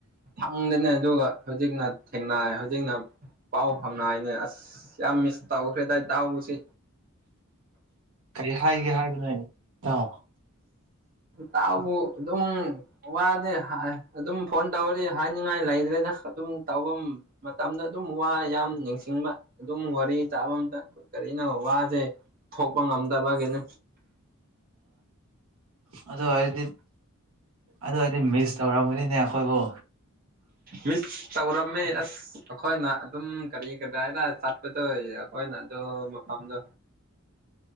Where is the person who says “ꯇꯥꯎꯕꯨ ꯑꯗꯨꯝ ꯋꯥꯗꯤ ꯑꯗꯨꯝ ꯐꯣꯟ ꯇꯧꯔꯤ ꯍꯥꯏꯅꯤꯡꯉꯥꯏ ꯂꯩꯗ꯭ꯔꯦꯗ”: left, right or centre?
Right